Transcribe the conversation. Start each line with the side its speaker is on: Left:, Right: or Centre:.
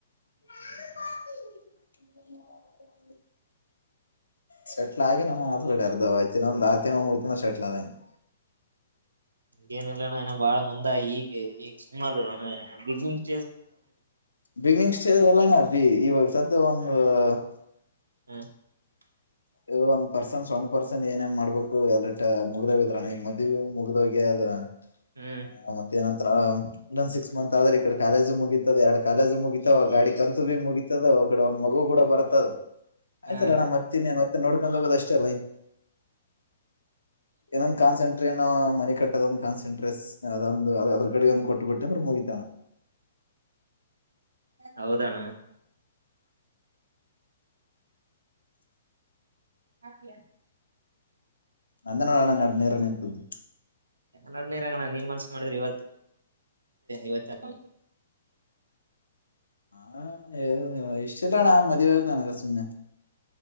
Left: <inaudible> ಸರಿ <inaudible> <unintelligible> ಹಾಗ ನಾ ಆಸಡೆ
Right: ಅದಕ್ಕೆ
Left: ಅರ್ತ ಆುನ ಮುಳತುನ ಸೆಟ್ಲ್ ಅಂದಂಗೆ
Right: ಹ್ಹ್ ಏನಿಲ್ಲಣ್ಣ ಏನ ಬಾಳ ಮುಂದ ಈಗ ಈಗ <unintelligible> ಸುಮ್ಮನಣ ಬ <inaudible>
Left: ಬಿಗ್ನಿಂಗ್ ಸ್ಟೇಜ್ ಅಲ್ಲಣ ಬಿ ಇವಾಗ ಸದ್ ಒಂದು-
Right: ಹ್ಮ <unintelligible>
Left: A one person one person ಏನೇನ್ ಮಾಡ್ಬೇಕು ಮುಗದೀಧರರಣ ಮಧ್ಯ <unintelligible> ಮುಗ್ದ ಹೋಗ್ಯಾದ ಹ
Right: ಹ್ಮ್
Left: ಮತ್ತೆ ಏನ ಒ ಒನ್ ಸಿಕ್ಸ್ ಮಂತ್ ಆದ್ರೆ ಈ ಕಡೆ ಕಾಲೇಜ್ <unintelligible> ಮುಗಿತದ ಎರಡು ಕಾಲೇಜ್ ಮುಗಿತವ ಗಾಡಿ ಕಂತು ಭೀ ಮುಗಿತದ ಮಗು ಕೂಡ ಬರ್ತದ ಆಯ್ತಲ್ಲಣಾ
Right: ಹ
Left: ಮತ್ ಇನ್ನೇನ್ ನೋಡ್ಕೊಂಡ್ ಹೋಗೋದ್ ಅಷ್ಟೇ ಅಲ್ಲ ಈ ಏನೊಂದ ಕನ್ಸಂಟ್ರ ಏನ ಮನೆ ಕಟ್ಟ <unintelligible> ದೊ ಕಾನ್ೆಂಟ್ರೆಸ್ಟ್ ಅ <unintelligible> ಇವ್ರಿಗೊಂದ್ ಕೊಟ್ಟಬಿಟ್ಟೆ ಅಂದ್ ಮುಗಿತು ಅಣ್ಣ
Right: ಹೌದಣ್ಣ ಹಾತಿಯಾ <unintelligible>
Left: ನಂದೇ ನೋಡೋಣ ನಡ್ ನೀರ ನಿಂತದ್
Right: ನಡನರ ಅಂಗಣ ನಿನ್ ಮನ್ಸ ಮಾಡಿದ್ರೆ ಇವತ್ತು ಇವತ್ತ <unintelligible>
Left: ಹ ಇಷ್ಟ ಇಲ್ಲಣಾ ಮದುವವೆ ನನಗೆ ಸುಮ್ಮ್ನೆ